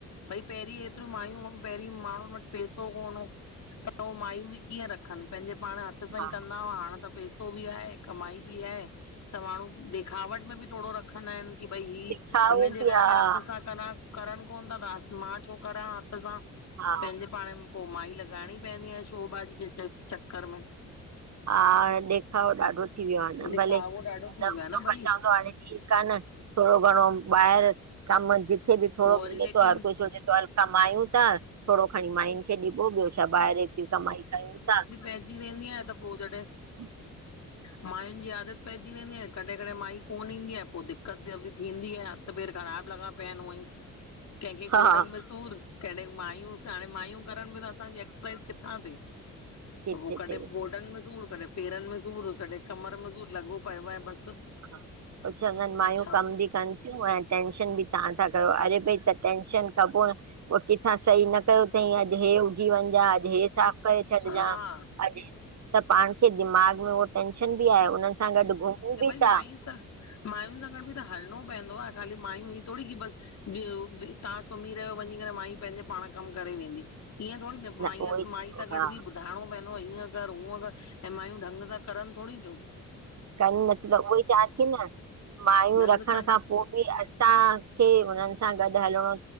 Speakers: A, on the left; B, on the right.
A: भई पहिरीं एतिरी मायूं पहिरीं माण्हुनि वटि पैसो कोन हो, त हो मायूं बि कीअं रखनि प पंहिंजे पाण हथु सांईं
B: हा
A: कंदा हुआ, हाणे त पैस हो बि आहे, कमाई बि आहे त माण्हू देखावट में बि थोडो रख रखंदा आहिनि की भई ही
B: ॾेखावो
A: हिन जे
B: बि
A: घर
B: आहे
A: में हथु सां करा करनि कोनि ता त असां मां छो करा हथु सां,
B: हा
A: पंहिंजे पाण पो माई लॻाइणी पएदी आ शो बाजी जे च चक्कर में।
B: हा ॾेखावो ॾाढो थी वियो आ न
A: दिखावो
B: भले
A: ॾाढो थी
B: पर
A: वियो आहे न भई
B: बचंदो हाणे की कानि, थोडो घणो ॿाहिरि कमु जिथे बि थोङो
A: पोइ वरी
B: मिले तो,
A: लेकिन
B: हर कोई सोचे तो हल कमायूं ता। थोङो खणी माइनि खे ॾिबो, ॿियो छा ॿाहिरि ऐतरी कमाई कयूं ता।
A: पैजी वेंदी आ त पो जॾे
B: <inaudible>
A: मायुनि जी आदत पैजी वेंदी आ, कॾहिं कॾहिं माई कोनि ईंदी आ, पो दिक्क़त ॿयो बि थींदी आ। त पैर ख़राब लॻा पिया आहिनि उअं ई, कंहिंखे
B: हा
A: गोॾन
B: हा
A: में सूर कॾे मायूं हाणे मायूं करनि बि त असांजी एक्सरसाइज़ किथां थिये।
B: किथे
A: त पो कॾहिं
B: थिए
A: गोॾनि में सूर, कॾहं पेरनि में सूर, कढे कमर में सूर लॻो पियो आहे बसि।
B: हा, पो चवंदा आहिनि मायूं
A: छा
B: कमु बि कनि तियूं, ऐं टेंशन बि ताहां ता कयो, अरे भाई त टेंशन कबो, पो किथां सही न कयो तई अॼु हे हुघी वञ। अॼु हे साफ़ करे छॾजां
A: हा
B: अॼु, त पाण खे दिमाग में हो टेंशन बि आहे, हुननि सां गॾु घुमूं बि
A: मायूं
B: था
A: सां, मायुनि सां गॾु बि त हलणो पवंदो आ। खाली मायूं ही थोङी की बसि ॿयो तां सुम्ही रहियो वञी करे, माई पंहिंजे पाण कमु करे वेंदी। ईय थोडी न, माईसि
B: उहो ई
A: माई सां
B: हा
A: गॾु बि ॿुधाएणो पैंदो हिअं कर हूअ कर, ऐं मायूं ढंग सां करनि थोडी तियूं।
B: कनि न थीयूं न उवोई चवां ती न, मायूं
A: ढंग
B: रखण
A: सां
B: खां
A: कर
B: पो बि असां खे हुननि सां गॾु हलणो